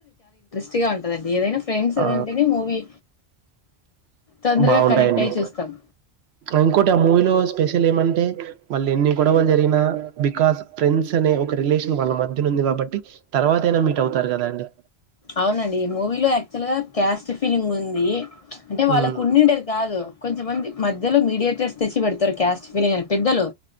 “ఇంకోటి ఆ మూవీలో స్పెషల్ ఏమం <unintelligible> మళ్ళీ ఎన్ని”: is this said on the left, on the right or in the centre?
Right